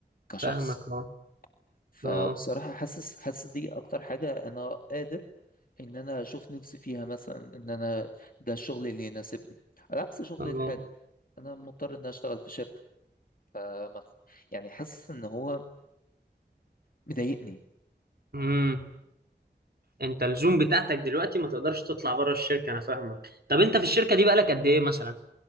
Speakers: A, on the left; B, on the right.
A: كشخص
B: فاهمك اه
A: فبصراحه
B: اه
A: حاسس حاسس دي اكتر حاجه انا قادر ان انا اشوف نفسي فيها مثلا ان انا ده الشغل اللي يناسبني على عكس شغلي
B: اه
A: الحالي انا مضطر ان أنا اشتغل في شركه آه، مخ- يعني حاسس ان هو مضايقني
B: امم انت الزوم بتاعتك دلوقتي ما تقدرش تطلع بره الشركه انا فاهمك طب انت في الشركه دي بقالك قد ايه مثلا